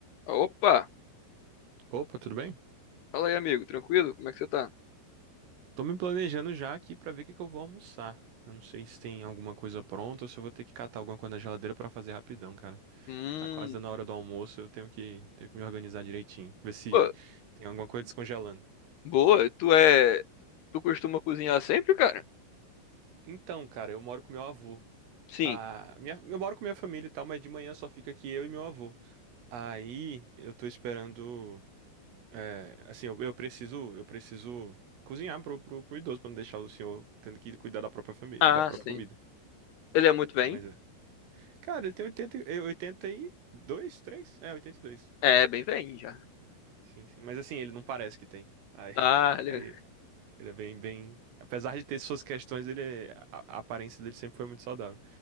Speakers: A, on the left; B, on the right.
A: Opa!
B: Opa, tudo bem?
A: Fala aí, amigo. Tranquilo? Como é que você tá?
B: Tô me planejando já aqui pra ver o que que eu vou almoçar. Eu não sei se tem alguma coisa pronta ou se eu vou ter que catar alguma coisa na geladeira pra fazer rapidão, cara.
A: Hum,
B: Tá quase dando a hora do almoço, eu tenho que, tenho que me organizar direitinho, ver se
A: pô,
B: tem alguma coisa descongelando.
A: boa. Tu é... Tu costuma cozinhar sempre, cara?
B: Então, cara, eu moro com meu avô.
A: Sim.
B: Ah, minha, eu moro com minha família e tal, mas de manhã só fica aqui eu e meu avô. Aí eu tô esperando. é, assim, eu, eu preciso, eu preciso cozinhar pro, pro, pro idoso pra não deixar o senhor tendo que cuidar da própria família,
A: Ah,
B: da própria
A: sim.
B: comida.
A: Ele é muito bem?
B: Mas é. Cara, ele tem oitenta e- eh, 82, 3, É, 82.
A: É, bem bem já.
B: Sim, sim. Mas assim, ele não parece que tem. Aí,
A: Ah,
B: <laughs>
A: ele-
B: aí ele é bem, bem. Apesar de ter suas questões, ele, é- a, a aparência dele sempre foi muito saudável.